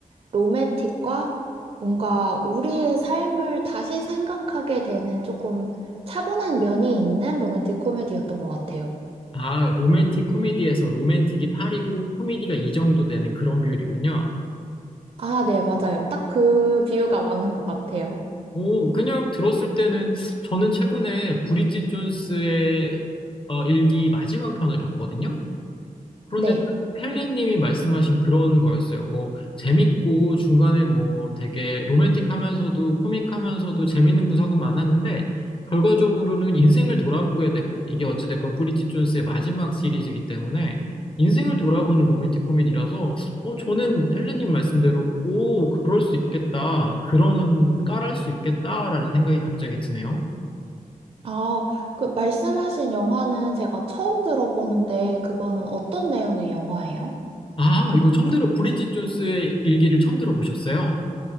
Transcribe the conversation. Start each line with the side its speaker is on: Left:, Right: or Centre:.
Right: 로맨틱과 뭔가 우리의 삶을 다시 생각하게 되는 조금 차분한 면이 있는 로맨틱 코미디였던 것 같아요.
Left: 아, 로맨틱 코미디에서 로맨틱이 8이고 코미디가 이 정도 되는 그런 비율이군요.
Right: 아, 네, 맞아요. 딱 그 비유가 맞는 것 같아요.
Left: 오, 그냥 들었을 때는 저는 최근에 브리짓 존스의 어, 일기 마지막 편을 봤거든요. 그런데
Right: 네.
Left: 헬렌님이 말씀하신 그런 거였어요. 뭐 재밌고 중간에 뭐 되게 로맨틱하면서도 코믹하면서도 재밌는 구석은 많았는데 결과적으로는 인생을 돌아보게 되고 이게 어찌됐건 브리짓 존스의 마지막 시리즈이기 때문에 인생을 돌아보는 로맨틱 코미디라서 어 저는 헬렌님 말씀대로 오 그럴 수 있겠다 그런 깔할 수 있겠다라는 생각이 갑자기 드네요.
Right: 아, 그 말씀하신 영화는 제가 처음 들어보는데 그거는 어떤 내용의 영화예요?
Left: 아 이거 처음 들어 브리짓 존스의 일기를 처음 들어보셨어요?